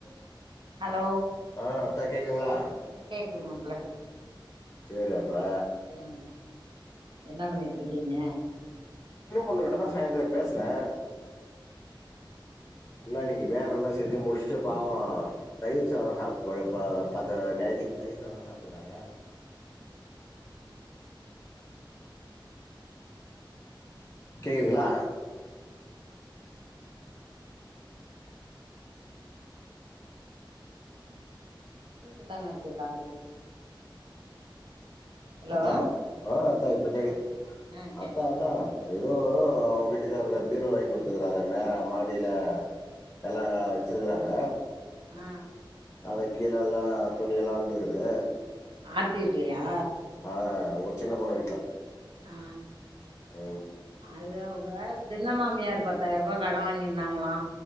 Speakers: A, on the left; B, on the right.
A: <inaudible>
B: ஹலோ
A: ஆ ஆத்தா கேக்குங்களா
B: கேக்குது மாப்ள
A: சரி ஆத்தா
B: ம் என்ன பண்ணிட்டு இருக்கீங்க
A: உன்னுகிட்டதா சாயந்தெரோ பேச்னே இன இன்னைக்கு வேல எல்லாம் செஞ்சு முடிச்சுட்டு பாவோ தயிர் சாதோ சாப்ட்டு <unintelligible> பாத்த ஞாயித்தி தயிர் சாதா சாப்பிட்டுக்கறாங்க கேக்குங்களா
B: வயட்டு தானே இருக்கு காலு ஹலோ
A: ஆத்தா ஆ ஆத்தா இப்ப கேக்கு
B: ஆ கேக்
A: ஆத்தா ஆத்தா யோ வி வீட்டுக்காரவீட்டுக்காரர பீரோ வாங்கி கொடுத்துக்கறாறாமே மாடில எல்லா வச்சிருக்குறாங்க
B: ஆ
A: அத கீழல்லா துணி எல்லா இருந்திருக்குது
B: ஆர்த்தி வீட்லையா
A: ஆ உங்க சின்ன பொண்ணு வீட்ல
B: ஆ
A: உ
B: அது அவங்க சின்ன மாமியாரு பத்தாயிர்ருபா கடன் வாங்கிருந்தாங்களா